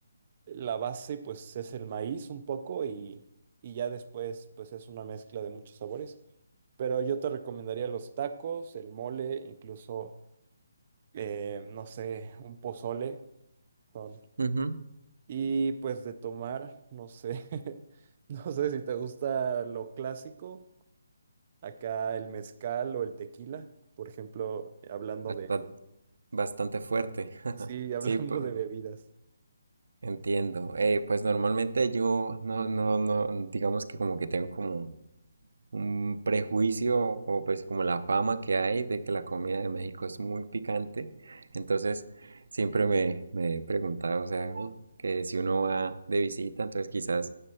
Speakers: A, on the right (about 25°); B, on the right (about 75°).
A: la base pues es el maíz un poco y, y ya después pues es una mezcla de muchos sabores. Pero yo te recomendaría los tacos, el mole, incluso, eh, no sé, un pozole. son-
B: Ujú.
A: Y pues de tomar, no sé, <laughs> no sé si te gusta lo clásico, acá el mezcal o el tequila, por ejemplo, hablando
B: Basta-
A: de,
B: Bastante fuerte. <laughs>
A: sí, <laughs> hablando
B: Sí, pu-
A: de bebidas.
B: Entiendo. Eh, pues normalmente yo no, no, no, digamos que como que tengo como un prejuicio o pues como la fama que hay de que la comida de México es muy picante. Entonces siempre me, me he preguntado, o sea, uh, que si uno va de visita, entonces quizás